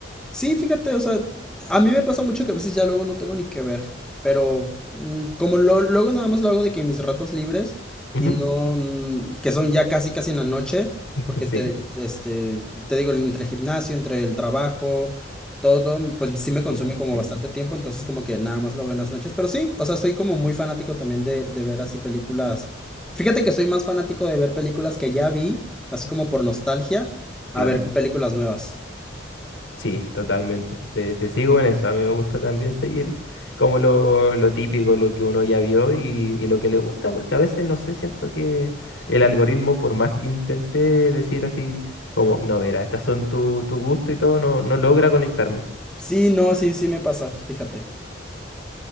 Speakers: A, in the centre; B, on the left.
A: Sí, fíjate, o sea, a mí me pasa mucho que a veces ya luego no tengo ni que ver, pero mm, como lo- luego nada más lo hago de que en mis ratos libres
B: Ujú,
A: y no, mm, que son ya casi casi en la noche,
B: <laughs>
A: porque
B: Sí,
A: te, este, te digo, entre el gimnasio, entre el trabajo, todo, todo, pues sí me consume
B: súper,
A: como
B: sí,
A: bastante tiempo, entonces como que nada más lo veo en las noches, pero sí, o sea, soy como muy fanático también de, de ver así películas. Fíjate que soy más fanático de ver películas que ya vi, así como por nostalgia, a
B: claro.
A: ver Claro. películas nuevas.
B: Sí, totalmente. Te, te sigo en eso. A mí me gusta también seguir como lo, lo típico, lo que uno ya vio y, y lo que le gusta, porque a veces no sé, siento que el algoritmo, por más que intente decir así, como, no, verá, estas son tu, tu gusto y todo, no, no logra conectarme.
A: Sí, no, sí, sí me pasa, fíjate.